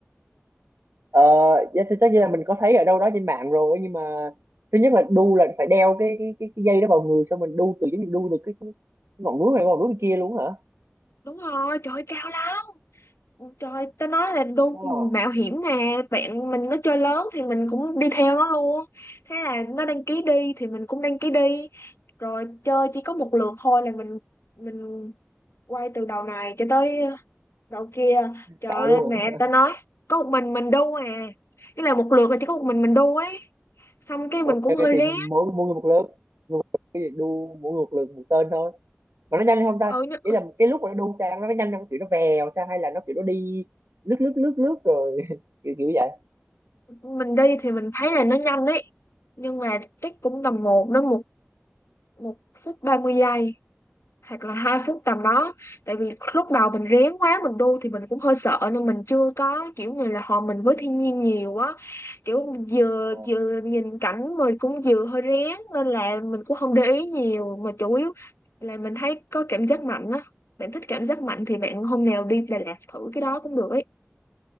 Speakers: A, on the right; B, on the left.
A: Ờ, dạ, thì chắc là mình có thấy ở đâu đó trên mạng rồi nhưng mà thứ nhất là đu là phải đeo cái cái cái, cái dây đó vào người xong mình đu từ giống như đu từ cái, cái ngọn núi này qua ngọn núi kia luôn hả?
B: Đúng rồi, trời ơi, cao lắm. Trời, ta nói là đô
A: wow
B: mạo hiểm nè, bạn mình nó chơi lớn thì mình cũng đi theo nó luôn. Thế là nó đăng ký đi thì mình cũng đăng ký đi. Rồi chơi chỉ có một lượt thôi là mình mình quay từ đầu này cho tới đầu kia. Trời
A: sợ
B: ơi,
A: luôn
B: mẹ
A: à.
B: ta nói có một mình mình đu à. Cái là một lượt là chỉ có một mình mình đu ấy. Xong
A: <laughs>
B: cái mình
A: Ok
B: cũng
A: ok,
B: hơi
A: thì
B: rén.
A: mỗi mỗi người một lượt, cái gì đu mỗi người một lượt một tên thôi. Mà nó nhanh không ta?
B: Ừ, nhưng-
A: Ý là cái lúc mà nó đu sang nó có nhanh không? Kiểu nó vèo sao hay là nó kiểu nó đi lướt lướt lướt lướt rồi <laughs> kiểu kiểu vậy.
B: mình đi thì mình thấy là nó nhanh đấy. Nhưng mà chắc cũng tầm một đến một một phút 30 giây hoặc là hai phút tầm đó tại vì lúc đầu mình rén quá mình đu thì mình cũng hơi sợ nên mình chưa có kiểu như là hòa mình với thiên nhiên nhiều á kiểu vừa
A: Ờ.
B: vừa nhìn cảnh mà cũng vừa hơi rén nên là mình cũng không để ý nhiều mà chủ yếu là mình thấy có cảm giác mạnh á bạn thích cảm giác mạnh thì bạn hôm nào đi Đà Lạt thử cái đó cũng được ấy